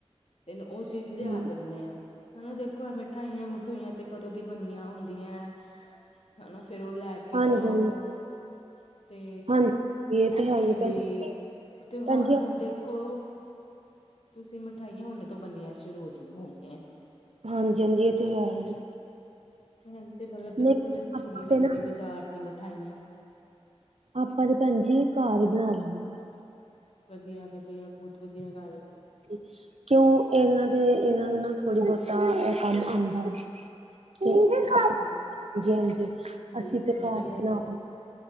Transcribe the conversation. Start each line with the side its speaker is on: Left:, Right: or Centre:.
Left: ਤੈਨੂੰ ਉਹ ਚੀਜ਼
Right: ਹਾਂਜੀ
Left: ਲਿਆ ਦਿੰਨੇ ਆ ਹਨਾ ਦੇਖੋ ਮਿਠਾਈਆਂ ਮਿਠੂਈਆਂ ਤੇ ਕਦੋਂ ਦੀ ਬਣੀਆਂ ਹੁੰਦੀ ਦੀਆਂ ਹਨਾ ਫਿਰ ਉਹ ਲੈ ਕੇ
Right: ਹਾਂਜੀ
Left: ਜਾਓ ਤੇ
Right: ਹਾਂਜੀ ਇਹ ਤੇ
Left: ਕਈ
Right: ਹੈ ਹੀ
Left: ਵਾਰੀ
Right: ਭੈਣ ਜੀ,
Left: ਤਿਉਹਾਰ
Right: ਭੈਣ ਜੀ
Left: ਹੁਣ ਦੇਖੋ ਤੁਸੀਂ ਮਿਠਾਈਆਂ ਹੁਣੇੇ ਤੋਂ ਬਣਨੀਆਂ ਸ਼ੁਰੂ ਚ ਹੋ ਗਈਆਂ
Right: ਹਾਂਜੀ ਹਾਂਜੀ ਇਹ ਤੇ ਹੈ ਹੀ
Left: ਮੈਨੂੰ ਤੇ ਮਤਲਬ ਬਿਲਕੁਲ
Right: ਨਹੀਂ
Left: ਅੱਛੀ
Right: ਆਪਾਂ
Left: ਨੀ ਲੱਗਦੀ
Right: ਤੇ ਨਾ
Left: ਬਾਜ਼ਾਰ ਦੀ ਮਿਠਾਈਆਂ
Right: ਆਪਾਂ ਤੇ ਭੈਣ ਜੀ ਘਰ ਈ ਬਣਾ ਲੈਂਨੇ ਆ
Left: ਵਧੀਆ ਵਧੀਆ ਬਹੁਤ ਵਧੀਆ ਗੱਲ ਐ
Right: <inaudible> ਕਿਉਂ ਇਹਨਾਂ ਦੇ ਇਹਨਾਂ ਨੂੰ ਨਾ ਥੋੜ੍ਹੀ ਬਹੁਤਾ ਇਹ ਕੰਮ ਆਦਾ ਵਾ ਤੇ
Left: ਅੱਛਾ-ਅੱਛਾ
Right: ਜੈ ਜੈ
Left: ਠੀਕ
Right: ਅਸੀਂ ਤੇ
Left: ਏ ਵਧੀਆ
Right: ਘਰ ਬਣਾ
Left: ਫਿਰ।